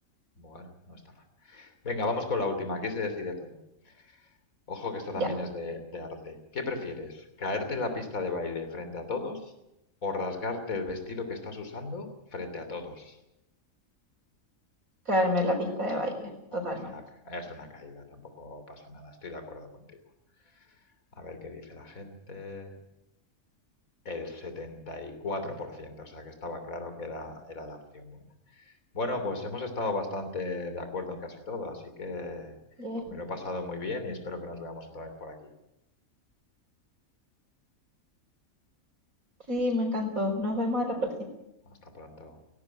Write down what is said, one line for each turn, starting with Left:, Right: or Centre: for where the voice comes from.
Left: bueno, no está mal. Venga, vamos con la última. Aquí se decide todo. Ojo que esta también
Right: Ya,
Left: es de, de arte. ¿Qué prefieres? ¿Caerte en la pista de baile frente a todos o rasgarte el vestido que estás usando frente a todos?
Right: caerme en la pista de baile, totalmente.
Left: Ah, Es una, es una caída, tampoco pasa nada, estoy de acuerdo contigo. A ver qué dice la gente. El 74%, o sea que estaba claro que era, era la opción buena. Bueno, pues hemos estado bastante de acuerdo en casi todo, así que
Right: Yay.
Left: me lo he pasado muy bien y espero que nos veamos otra vez por aquí.
Right: Sí, me encantó. Nos vemos a la próxima.
Left: Hasta pronto.